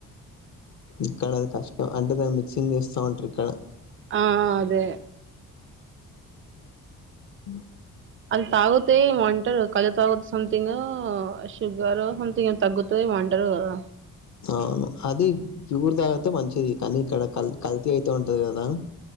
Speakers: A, on the left; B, on the right.
A: ఇక్కడ అది కష్టం అంటే మేం దాన్ని మిక్సింగ్ చేస్తా ఉంటారు ఇక్కడ
B: ఆ అదే
A: ఉ
B: అది తాగుతే ఏమోంటారు కళ్ళు తాగుత సథింగ్ గో శుగర్ సంథింగ్ ఏం తగ్గుతా ఏమో వంటరూ కదా
A: అవును అది ప్యూర్ తాగితే మంచిది కానీ ఇక్కడ కల్ కల్తీ అయిత ఉంటది కదా